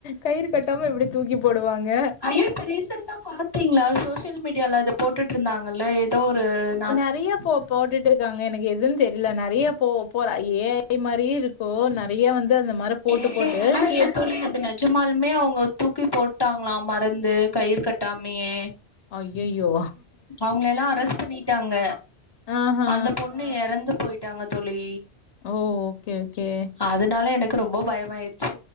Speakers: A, on the left (about 85°); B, on the left (about 25°).
A: கயிறு கட்டாம எப்டி தூக்கி போடுவாங்க
B: ஐயோ இப்ப ரீசன்டா பாத்தீங்ளா சோசியல் மீடியால அத போட்டுட்டு இருந்தாங்கல்ல ஏதோ ஒரு நார்த்
A: நறைய இப்போ போட்டுட்டு இருக்காங்க எனக்கு எதுன்னு தெரில நெறைய போ போ ஏ ஐ மாரியு இருக்கு நறைய வந்து அந்த மாரி போட்டு
B: ஏ
A: போட்டு
B: ஐ லா இல்ல
A: கே
B: தோழி அது நெஜ நிஜசமாலுமே அவுங்க தூக்கி போட்டாங்களாம் மறந்து கயிறு கட்டாமையே
A: அய்யய்யோ
B: அவுங்கள எல்லா அரெஸ்ட் பண்ணிட்டாங்க
A: ஆஹா!
B: அந்த பொண் ணு எறந்து போயிட்டாங்க தோழி
A: ஓ ஓகே ஓகே
B: அதனால எனக்கு ரொம்ப பயமா ஆயிடுச்சி